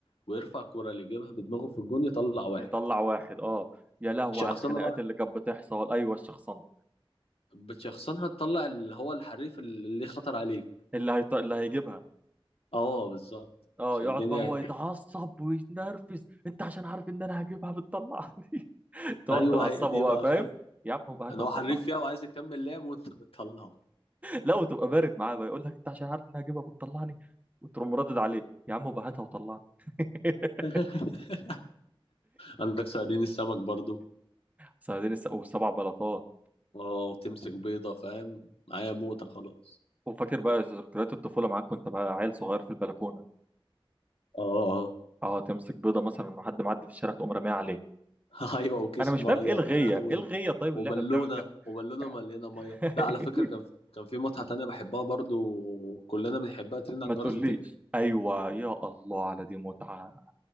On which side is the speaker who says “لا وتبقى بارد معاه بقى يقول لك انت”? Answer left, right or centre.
Right